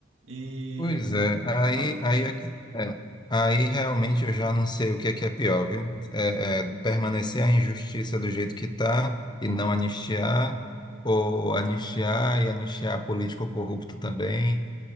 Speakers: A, on the right (about 65°); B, on the left (about 20°).
A: e
B: Pois é, aí,
A: na última
B: aí,
A: instância.
B: é que- é, aí realmente eu já não sei o que é que é pior, viu? É, é permanecer a injustiça do jeito que está e não anistiar, ou anistiar e anistiar político corrupto também.